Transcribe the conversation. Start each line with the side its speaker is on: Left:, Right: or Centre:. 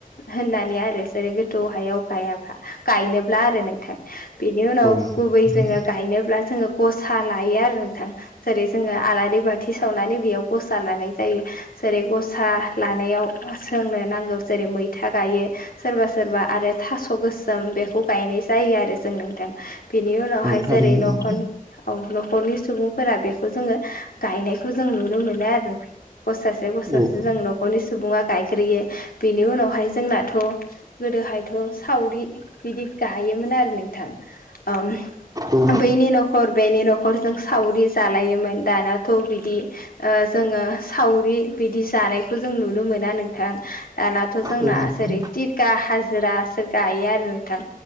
Left: होननानै आरो जेरै गोथौ हायाव गायाबा गायनोब्ला आरो नोंथां। बिनि उनाव
Right: औ नोंथां
Left: गुबै जोङो गायनोब्ला जोङो गसा लायो आरो नोंथां जेरै जोङो आलारि बाथि सावनानै बेयाव गसा लानाय जायो जेरै गसा लानायाव जोंनो नांगौ जेरै मैथा गायो। सोरबा सोरबा आरो थास' गोसोम बेखौ गायनाय जायो आरो जों नोंथां। बेनि उनावहाय
Right: औ थारैनो
Left: जेरै न'खन
Right: नोंथां
Left: औ न'खरनि सुबुंफोरा बेखौ जोङो गायनायखौ जों नुनो मोनो आरो नोंथां गसास बे
Right: औ
Left: <unintelligible> जों न'खरनि सुबुङा गायग्रोयो बेनि उनावहाय जोंनाथ' गोदोहायथ' सावरि बिदि गायोमोन आरो नोंथां ओम
Right: औ
Left: बैनि न'खर बेनि न'खर जों सावरि जालायोमोन दानाथ' बिदि ओ जोङो सावरि बिदि जानायखौ जों नुनो मोना नोंथां दानाथ' जोंना
Right: नोंथां औ नोंथां
Left: जेरै टिका हाजिरासो गायो आरो नोंथां।